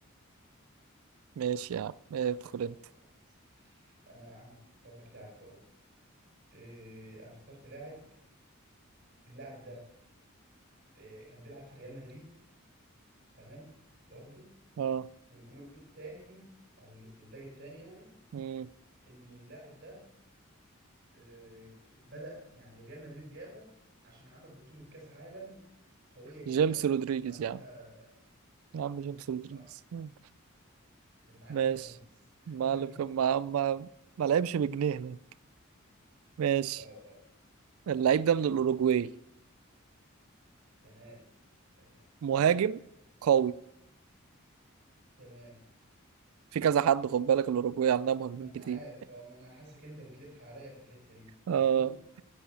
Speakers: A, on the right; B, on the right.
A: ماشي يا عم ادخل انت
B: طب كويس انا يا عم هختار لك لاعب برضه إيه انا اخترت لاعب اللاعب ده آه، كان بيلعب في ريال مدريد تمام برضو
A: اه
B: والكلو التاني او الاستنتاج التاني يعني
A: مم.
B: ان اللاعب ده آه، بدأ يعني ريال مدريد جابه عشان عمل بطولة كأس عالم قوية جدا
A: جيمس رودريجيز
B: وبعدها
A: يا عم يا عم جيمس رودريجيز
B: صح
A: مم.
B: المعلم
A: ماشي
B: خميس
A: ما
B: <laughs>
A: ما ما, ما لعبش بجنيه هنا. ماشي
B: اه
A: اللعيب ده من الأوروجواي
B: تمام تمام
A: مهاجم قوي
B: تمام
A: في كذا حد خد بالك الأوروجواي عندها مهاجمين
B: ما انا
A: كتير
B: عارف اه ما انا حاسك انت بتلف عليا في الحتة دي
A: آه
B: فاهمني